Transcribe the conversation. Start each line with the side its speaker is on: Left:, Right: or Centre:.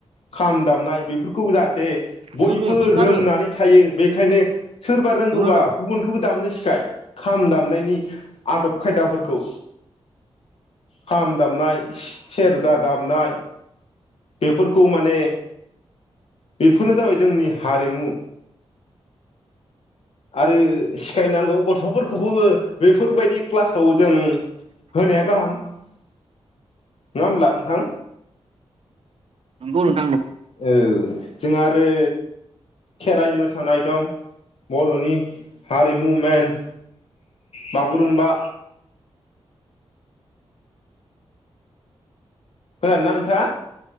Left: खाम दामनाय। फोरखौ जाहाथे बयबो
Right: जुरो जुरथारो
Left: रोंनानै थायो बेखायनो सोरबा रोंगौबा
Right: जुरोरोब
Left: गुबुनखौबो दामनो सिखाय खाम दामनायनि आदब खायदाफोरखौ खाम दामनाय सेरजा दामनाय बेफोरखौ माने बेफोरनो जाबाय जोंनि हारिमु आरो सिखायनांगौ गथ' फोरखौबो बेफोरबाय क्लासाव जों होनाया गाहाम नङा होमब्ला नोंथां।
Right: नंगौ नों
Left: औ जोंहा ओ खेराइ मो सानाय दं बर'नि हारिमु मेन बागुरुम्बा खानादोना नोंथाङा?